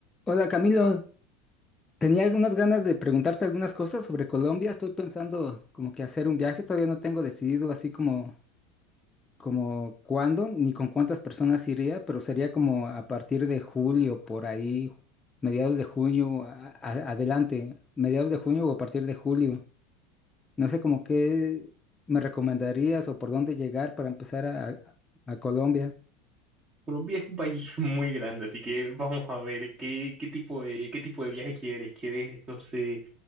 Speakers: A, on the left; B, on the right.
A: Hola Camilo, tenía algunas ganas de preguntarte algunas cosas sobre Colombia. Estoy pensando como que hacer un viaje, todavía no tengo decidido así como, como cuándo ni con cuántas personas iría, pero sería como a partir de julio, por ahí, mediados de junio, a- a- adelante, mediados de junio o a partir de julio. No sé como qué me recomendarías o por dónde llegar para empezar a, a Colombia.
B: Colombia es un país <laughs> muy grande, así que vamos a ver qué, qué tipo de, qué tipo de viaje quieres. ¿Quieres, no sé,